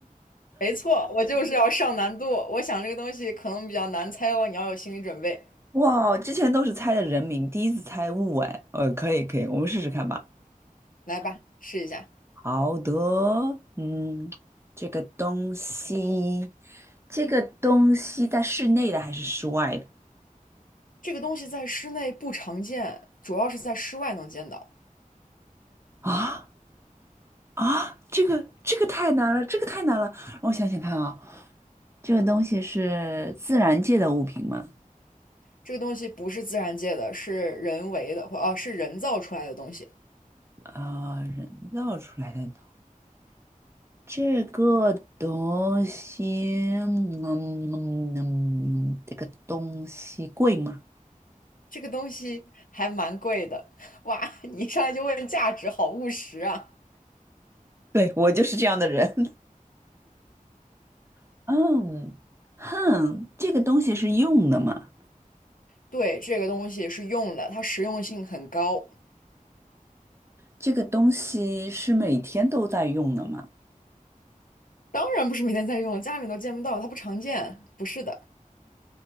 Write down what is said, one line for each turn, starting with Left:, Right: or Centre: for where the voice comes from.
Left: 没错，我就是要上难度。我想这个东西可能比较难猜哦，你要有心理准备。
Right: 哇，之前都是猜的人名，第一次猜物哎，呃，可以可以，我们试试看吧。
Left: 来吧，试一下。
Right: 好的，嗯，这个东西，这个东西在室内的还是室外的？
Left: 这个东西在室内不常见，主要是在室外能见到。
Right: 啊啊，这个这个太难了，这个太难了，让我想想看啊，这个东西是自然界的物品吗？
Left: 这个东西不是自然界的，是人为的，或啊是人造出来的东西。
Right: 啊、人造出来的东这个东西，嗯嗯嗯，这个东西贵吗？
Left: 这个东西还蛮贵的，<laughs> 哇！你一上来就问价值，好务实啊。
Right: 对，我就是这样的人。<laughs> 嗯，哼，这个东西是用的吗？
Left: 对，这个东西是用的，它实用性很高，
Right: 这个东西是每天都在用的吗？
Left: 当然不是每天在用，家里面都见不到，它不常见。不是的，